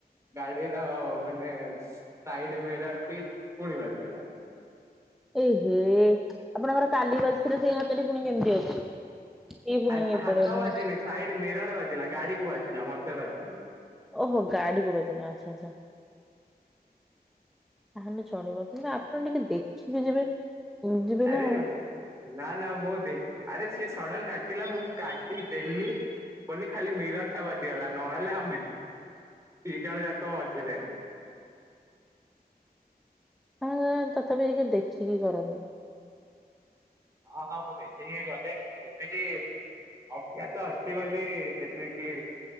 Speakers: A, on the right; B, in the centre.
A: ଗାଡ଼ିର ମାନେ ସାଇ ଟେ ମିରର୍ ଟି ପୁଣି ବାଜିଗଲା।
B: ଏହେ ଆପଣଙ୍କର କାଲି ବାଜିଥିଲା ସେଇ ହାତଟି ପୁଣି କେମତି ଅଛି? ଇଏ ପୁଣି
A: ଆଏ
B: ଏପଟେ
A: ହାତ
B: ପୁଣି
A: ବାଜିନି ସାଇଡ଼୍ ମିରର୍ ବାଜିଲା ଗାଡ଼ି କୁ ବାଜିଲା ମତେ ବାଜିନି।
B: ଓହୋ ଗାଡ଼ିକୁ ବାଜିଲା ଆଚ୍ଛା ଆଚ୍ଛା। ତାହେଲେ ଚଳିବ କନ୍ତୁ ଆପଣ ଟିକେ ଦେଖିକି ଯିବେ ଯିବେ
A: ଆରେ
B: ନା ଆଉ
A: ନାଁ ନାଁ ମୁଁ ଦେ ଆରେ ସେ ସଡ଼ନ୍ କାଟିଲା ମୁଁ କାଟି ଦେଲି ବୋଲି ଖାଲି ମିରର୍ ଟା ବାଜିଗଲା ନହେଲେ ଆମେ ଦି ଜଣ ଯାକ ମଝିରେ।
B: ଅଁ ତଥାପି ଟିକେ ଦେଖିକି କରନ୍ତୁ।
A: ହଁ ହଁ ମୁଁ ଦେଖିକି କରେ ଦେଖିକି ଅଭ୍ୟାସ ଅଛିି ବୋଲି ସେତିକି